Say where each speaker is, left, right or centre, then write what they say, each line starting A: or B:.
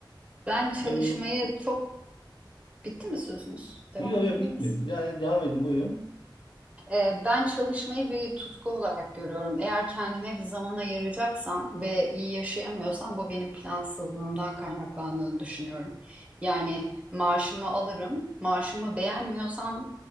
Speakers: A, on the right; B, on the left.
A: Ben çalışmayı
B: Memnun
A: çok bitti mi sözünüz? Devam
B: Yok yok
A: edeyim
B: bitmedi.
A: mi?
B: Ya, devam edin buyurun.
A: Ee, Ben çalışmayı bir tutku olarak görüyorum. Eğer kendime bir zaman ayıracaksam ve iyi yaşayamıyorsam bu benim plansızlığımdan kaynaklandığını düşünüyorum. Yani maaşımı alırım, maaşımı beğenmiyorsam